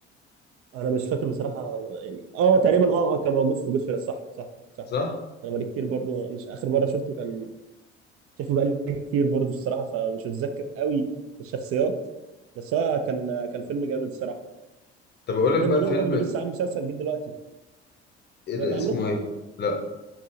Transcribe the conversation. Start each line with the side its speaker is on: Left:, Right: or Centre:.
Right: انا مش فاكر بصراحه يعني اه تقريبا اه اه كان موجود في جود فيلز صح صح صح
Left: صح؟
Right: انا بقالي كتير برضو مش اخر مره شفته كان شايفه بقالي كتير برضه الصراحه فمش متذكر قوي الشخصيات بس هو كان كان فيلم جامد الصراحه
Left: طب اقول لك
Right: روبرت
Left: بقى
Right: دينيرو
Left: فيلم
Right: برضه لسه عامل مسلسل جديد دلوقتي
Left: ايه
Right: سمعت
Left: ده
Right: عنه
Left: اسمه ايه لا